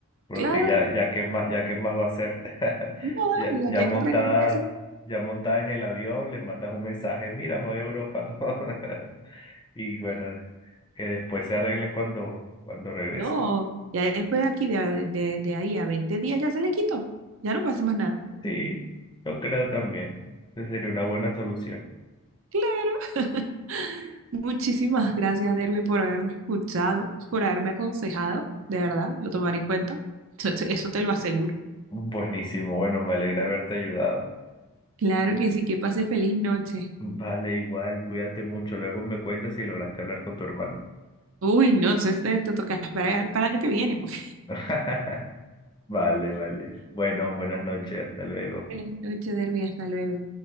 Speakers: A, on the left; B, on the right.
A: porque
B: Claro,
A: ya, ya qué más, ya qué más va a hacer. <laughs>
B: nada,
A: Ya,
B: y de
A: ya
B: aquí a
A: montada,
B: que regrese hace...
A: ya montada en el avión, le mandas un mensaje, mira, me voy a Europa. ¿no? <laughs> Y bueno, que después se arreglen cuando, cuando regresen.
B: No, ya después de aquí, de, de, de ahí a 20 días ya se le quitó. Ya no pasa más nada.
A: Sí, yo creo también. Esa sería una buena solución.
B: Claro. <laughs> Muchísimas gracias, Derwin, por haberme escuchado, por haberme aconsejado. De verdad, lo tomaré en cuenta. Eso eso te lo aseguro.
A: Buenísimo, bueno, me alegra haberte ayudado.
B: Claro que sí, que pase feliz noche.
A: Vale, igual, cuídate mucho. Luego me cuentas si lograste hablar con tu hermano.
B: Uy, no, eso es- te toca esperar para el año que viene. Pues.
A: <laughs> Vale, vale. Bueno, buenas noches, hasta luego.
B: Feliz noche, Derwin, hasta luego.